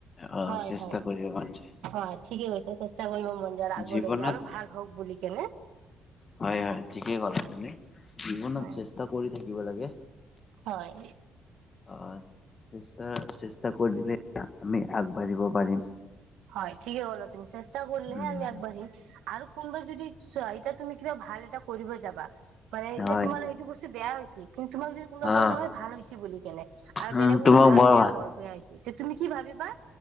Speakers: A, on the left (about 35°); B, on the right (about 85°).
A: অ',
B: হয়
A: চেষ্টা
B: হয়।
A: কৰিব মন যায়
B: হয়, ঠিকে কৈছা, চেষ্টা কৰিব মন যায় আগৰলৈকে
A: জীৱনত
B: আৰু ভাল হওক বুলি কেনে।
A: হয় হয়, ঠিকেই ক'লা তুমি, জীৱনত
B: হয়
A: চেষ্টা কৰি থাকিব লাগে।
B: হয়।
A: হয়, চেষ্টা চেষ্টা কৰিলে আমি আগবাঢ়িব পাৰিম।
B: হয়, ঠিকে ক'লা তুমি, চেষ্টা কৰিলে
A: উম,
B: হে আমি আগবাঢ়িম। আৰু কোনোবাই যদি চোৱা এতিয়া তুমি কিবা ভাল এটা কৰিব যাবা- মানে এই
A: হয়
B: যে তোমালোক সেইটো বস্তু বেয়া হৈছে কিন্তু তোমাক যদি- কোনোবাই
A: অ',
B: কয় নহয় ভাল হৈছে বুলি কেনে আৰু
A: উম,
B: বেলেগকো
A: তোমাক
B: ভাল
A: বৰ
B: বেয়া <unintelligible> বেয়া হৈছে, তে তুমি কি ভাবিবা